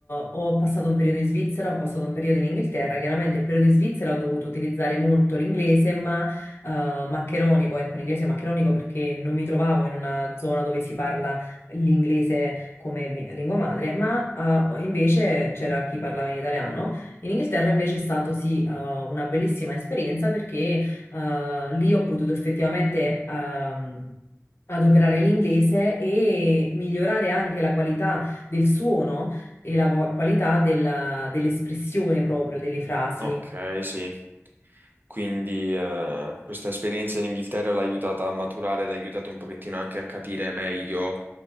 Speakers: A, on the left; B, on the right.
A: ho passato un periodo in Svizzera, ho passato un periodo in Inghilterra. Chiaramente il periodo in Svizzera ho dovuto utilizzare molto l'inglese, ma eh, maccheronico, ecco, un inglese maccheronico perché non mi trovavo in una zona dove si parla l'inglese come mi- lingua madre, ma eh, invece c'era chi parlava in italiano. In Inghilterra invece è stato sì eh, una bellissima esperienza perché eh, lì ho potuto effettivamente... ehm, adoperare l'inglese e migliorare anche la qualità del suono e la vo- qualità della- dell'espressione proprio delle frasi.
B: Ok, sì. Quindi eh, questa esperienza in Inghilterra l'ha aiutata a maturare, l'ha aiutata un pochettino anche a capire meglio